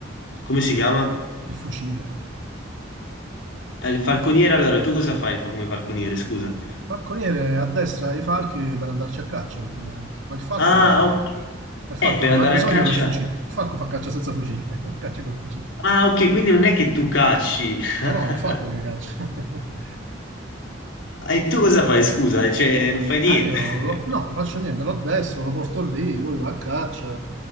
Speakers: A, on the left; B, on the right.
A: come si chiama?
B: il fucile.
A: Eh, Il falconiere, allora, tu cosa fai fa come falconiere, scusa?
B: Falconiere a destra dei falchi per andarci a caccia, praticamente, ma il falco,
A: Ah, ok,
B: ma il
A: eh,
B: falco
A: per
B: non
A: andare
B: ha bisogno
A: a caccia,
B: del fucile, il falco fa caccia senza fucile, <laughs> caccia col fucile.
A: ah, ok, quindi non è che tu cacci, <laughs>
B: No, no, è il falco che caccia. <laughs>
A: e tu cosa fai, scusa, cioè, non fai niente.
B: Ah, io
A: <laughs>
B: lo- no, faccio niente, lo addestro, lo porto lì, lui va a caccia,